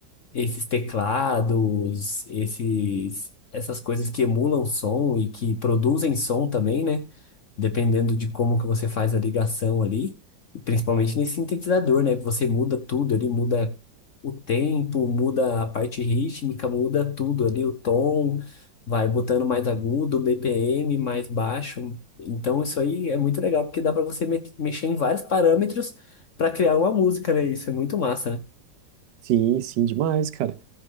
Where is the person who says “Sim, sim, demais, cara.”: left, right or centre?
Right